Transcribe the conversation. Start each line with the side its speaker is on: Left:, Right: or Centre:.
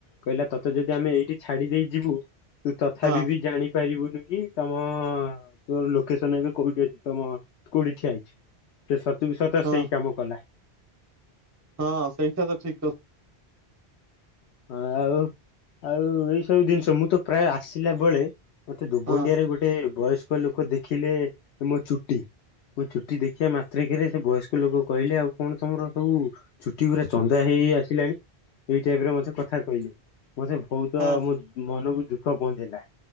Left: କହିଲା ତୋତେ ଯଦି ଆମେ ଏଇଠି ଛାଡି ଦେଇ ଯିବୁ। ତୁ ତଥାପି
Right: ହଁ
Left: ବି ଜାଣି ପାରିବୁନୁ। କି ତମ ତୋର ଲୋକେସନ ଏବେ କୋଉଠି ଅଛି ତମ କୋଉଠି ଠିଆ ହେଇଛି ସେ ସ ତୁ ସହିତ
Right: ହଁ
Left: ସେଇ କାମ କଲା
Right: ହଁ ସେଇଟା ତ ଠିକ କ
Left: ହଁ ଆଉ ଆଉ ଏଇ ସବୁ ଜିନିଷ ମୁଁ ତ ପ୍ରାୟ ଆସିଲା ବେଳେ ମତେ ଦୁବଣ୍ଡିଆରେ
Right: ହଁ
Left: ଗୋଟେ ଭଏସ୍ ସ୍କ ଲୋକ ଦେଖିଲେ ମୋ ଚୁଟି ମୋ ଚୁଟି ଦେଖିବା ମାତ୍ରେ କେରେ ବୟସ୍କ ଲୋକ କହିଲେ ଆଉ କଣ ତମର ସବୁ ଛୁଟି ଗୁରା ଚନ୍ଦା ହେଇ ହେଇ ଆସିଲାଣି ଏଇଟା କଥା କହିଲେ ମତେ ବହୁତ
Right: ହଁ
Left: ମୋ ଦୁ ମୋ ମନକୁ ଦୁଃଖ ପହଞ୍ଚେଇଲା।